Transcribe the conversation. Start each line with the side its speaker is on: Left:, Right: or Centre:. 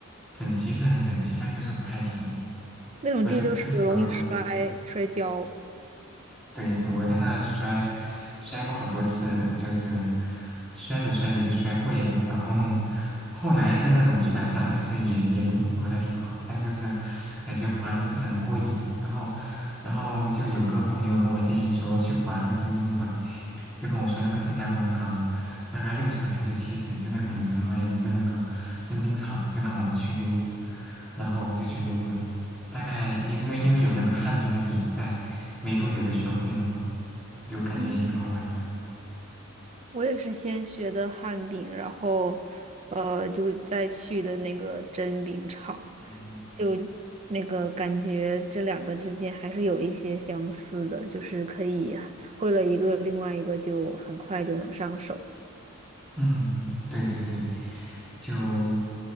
Centre: 整齐是很整齐，但就是不太平，
Right: 那种地就是容易摔摔跤。
Centre: 那就不太适合滑冰。对，我在那摔，摔过好多次，就是摔着摔着就摔会了，然后后来在那种地板上，就是也也能滑的挺好，但就是感觉滑的不是很过瘾。然后，然后就有个朋友跟我建议说去滑那个征兵吧，就跟我说那个正佳广场大概六层还是七层，就那个顶层嘛，有一个那个征兵场，就让我们去溜，然后我们就去溜了。大概因为因为有那个旱冰的底子在，没多久就学会了嘛，就感觉也挺好玩的。
Right: 嗯，我也是先学的旱冰，然后呃，就再去的那个真冰场，
Centre: 嗯，
Right: 就那个感觉这两个之间还是有一些相似的，就是可以会了一个，另外一个就很快就能上手。
Centre: 嗯，对对对，就